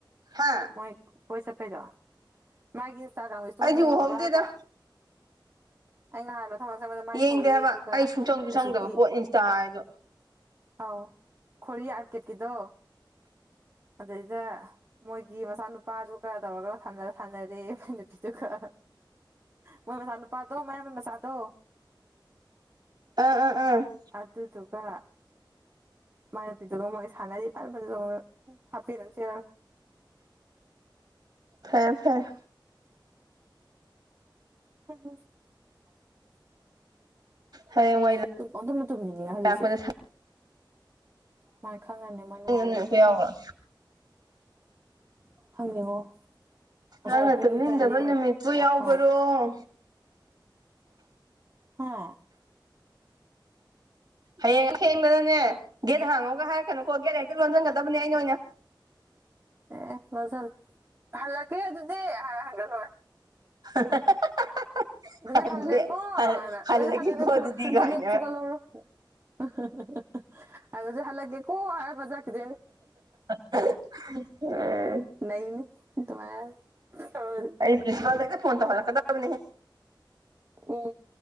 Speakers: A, on the right (about 55°); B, on the right (about 30°).
A: ꯍꯥ
B: ꯃꯥꯏ ꯀꯣꯏ ꯆꯠꯄꯩꯗꯣ ꯃꯥꯒꯤ ꯏꯟꯁꯇꯥꯒ꯭ꯔꯥꯝꯒꯤ ꯏꯁꯇꯣꯔꯤ
A: ꯑꯩꯗꯤ
B: ꯌꯦꯡꯉꯧꯕ꯭ꯔꯥ
A: ꯎꯍꯧꯗꯦꯗ
B: ꯍꯥꯏꯕ ꯑꯩ ꯅꯍꯥꯟ ꯃꯊꯪ ꯃꯊꯪ ꯆꯪꯕꯗ ꯃꯥꯏ
A: ꯌꯦꯡꯗꯦ
B: ꯊꯣꯛꯂꯛꯑꯦ
A: ꯍꯥꯏꯕ
B: ꯑꯗꯨꯒ
A: ꯑꯩ ꯁꯨꯡꯆꯪꯁꯨ ꯆꯪꯗꯕ
B: ꯑꯁꯤꯒꯤ
A: ꯄꯣꯠ ꯏꯟꯁꯇꯥ ꯍꯥꯏꯗ‌ꯣ
B: ꯑ‌ꯧ ꯈ‌ꯣꯔꯤ ꯑꯥꯔꯀꯦꯠꯀꯤꯗꯣ ꯑꯗꯩꯗ ꯃꯣꯏꯒꯤ ꯃꯆꯥꯅꯨꯄꯥꯗꯨꯒ ꯇꯧꯔꯒ ꯁꯥꯟꯅ ꯁꯥꯟꯅꯔꯦ ꯃꯥꯏ ꯅꯨꯄꯤꯗꯨꯒ ꯃꯣꯏ ꯃꯆꯥꯅꯨꯄꯥꯗ‌ꯣ ꯃꯌꯥꯝꯕꯩ ꯃꯆꯥꯗ‌ꯣ
A: ꯑ ꯑ ꯑ
B: ꯑꯗꯨꯗꯨꯒ ꯃꯥꯏ ꯅꯨꯄꯤꯗꯨꯒ ꯃꯣꯏ ꯁꯥꯟꯅꯔꯤ ꯐꯟ ꯐꯟ ꯆ‌ꯣꯡꯉꯒ ꯍꯥꯞꯄꯦꯟꯠ ꯑꯃ ꯁꯦꯠꯂꯒ
A: ꯐꯔ‌ꯦ ꯐꯔ‌ꯦ
B: ꯊꯅ‌ꯣꯖ
A: ꯍꯌꯦꯡꯋꯥꯏ
B: ꯑꯁ ꯇꯨꯝ ꯄꯪꯇꯨꯝꯗ ꯇꯨꯝꯅꯤꯡꯉ‌ꯦ ꯍꯧꯖꯤꯛꯁꯦ
A: ꯂꯥꯛꯄꯗ
B: ꯃꯥꯥꯏ ꯈꯪꯉꯅꯤ ꯃꯣꯏ ꯅꯨꯡꯉꯥꯏꯔꯅꯤ
A: <unintelligible> ꯑꯩꯈ‌ꯣꯏ ꯌꯥꯎꯕ꯭ꯔ‌ꯣ
B: ꯈꯪꯗ‌ꯦꯉꯣ ꯉꯁꯥꯏ
A: ꯅꯪꯅ
B: ꯄꯨꯡ
A: ꯇꯨꯝꯅꯤꯡꯗꯕ
B: ꯇꯔꯦꯠ
A: ꯅꯨꯃꯤꯠꯄꯨ ꯌꯥꯎꯕꯔꯣ
B: ꯃꯈꯥꯏ ꯍꯥ
A: ꯍꯌꯦꯡ ꯊꯦꯡꯕꯗꯅꯦ ꯒꯦꯠ ꯍꯥꯡꯉ‌ꯣꯀ‌ꯣ ꯍꯥꯏꯔꯛꯀꯅꯨꯀꯣ ꯒꯦꯠ ꯍꯦꯛꯇ ꯂꯣꯟꯖꯤꯟꯒꯗꯕꯅꯦ ꯑꯩꯅ ꯑꯣꯏꯅ
B: ꯑꯦꯑꯦ ꯍꯜꯂꯒ‌ꯦ ꯑꯗꯨꯗꯤ ꯍꯥꯏꯔ ꯍꯟꯒ꯭ꯔ ꯂ‌ꯣꯏꯔ‌ꯦ
A: <unintelligible>
B: ꯑꯗꯨꯗꯤ
A: ꯍꯟꯈ꯭ꯔꯦ
B: ꯍꯜꯂ‌ꯦꯀ‌ꯣꯅ
A: ꯍꯜꯂꯒꯦꯀꯣ
B: ꯑꯗꯨꯗꯤ ꯍꯜꯂ‌ꯦꯅ‌ꯦ
A: ꯑꯗꯨꯗꯤ
B: ꯐꯨꯒꯠ ꯍꯟꯖꯟꯂ‌ꯦ
A: ꯀꯥꯏꯅ
B: ꯐꯨꯒꯠꯍꯧꯔ‌ꯣꯅ <unintelligible> ꯑꯗꯨꯗꯤ ꯍꯜꯂꯒ‌ꯦꯀꯣ ꯍꯥꯏꯔꯝꯃ ꯆꯈꯤꯗ‌ꯣꯏꯅꯦ
A: <unintelligible> ꯑꯦ
B: ꯅꯩꯅꯤ ꯗꯨꯃꯥꯏ ꯇꯧꯔꯗꯤ
A: ꯑꯩ ꯄ꯭ꯔꯤꯟꯁꯤꯄꯜꯗ ꯍ‌ꯦꯛꯇ ꯐꯣꯟ ꯇꯧꯍꯜꯂꯛꯀꯗꯕꯅꯤ
B: ꯎ